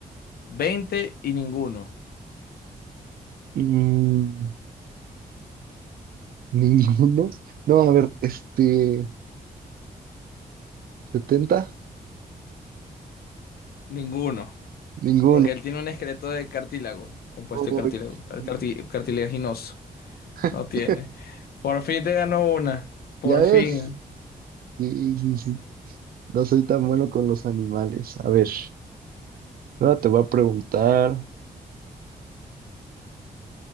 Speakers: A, on the left; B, on the right.
A: veinte y ninguno.
B: Mm, <laughs> ninguno. No, a ver, este, setenta
A: Ninguno.
B: Ninguno.
A: Porque él tiene un esqueleto de cartílago, compuesto
B: Uy,
A: de cartílago,
B: no sabía.
A: carti- cartilaginoso. No
B: <laughs>
A: tiene. Por fin te ganó una. Por
B: ¿Ya ves?
A: fin.
B: Sí, sí, sí. No soy tan bueno con los animales. A ver, ahora te voy a preguntar,